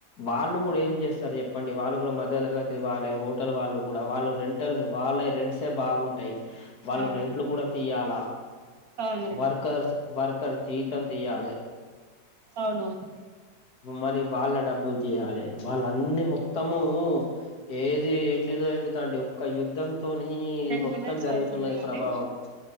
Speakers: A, on the left (about 70°); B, on the right (about 60°).
A: వాళ్ళు కూడా ఏం చేస్తారు చెప్పండి వాళ్ళు కూడా మధ్య తరగాతి వాలే హోటల్ వాళ్ళు కూడా వాళ్ళు రెంట్ల్ వాళ్ళ రెంట్స్సె బాగుంటాయి వాళ్ళు
B: అవును
A: రెంట్లు కూడా తీయాల
B: అవును
A: వర్కర్స్ వర్కర్ జీతం తీయాలి
B: అవును
A: మరి వాళ్ళ డబ్బులు తీయాలి వాళ్ళన్ని మొత్తం మొత్తము ఏది ఏంటిదో ఏంటిదొ అండి ఒక్క యుద్ధంతోని
B: టెన్
A: ఇది మొత్తం
B: మినిట్స్
A: జరుగుతున్నది
B: అవుతుంది అండి
A: ప్రభావం